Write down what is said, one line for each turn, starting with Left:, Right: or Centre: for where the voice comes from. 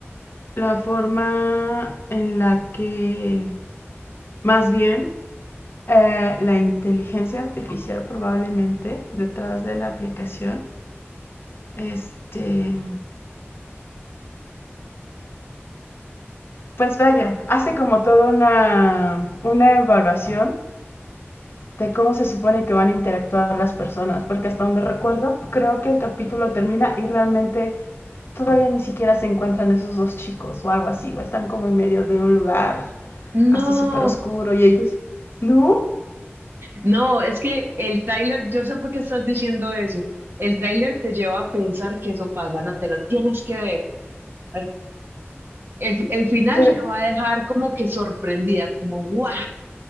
Left: la forma en la que, más bien, eh, la inteligencia artificial probablemente detrás de la aplicación, este, Pues vaya, hace como toda una, una evaluación de cómo se supone que van a interactuar las personas, porque hasta donde recuerdo, creo que el capítulo termina y realmente todavía ni siquiera se encuentran esos dos chicos o algo así, o están como en medio de un lugar
Right: No,
Left: así súper oscuro y ellos, ¿no?
Right: no, es que el tráiler, yo sé por qué estás diciendo eso. El tráiler te lleva a pensar que eso pasa, no te lo tienes que ver. Al- El, el final
Left: Te-
Right: te va a dejar como que sorprendida, como guau,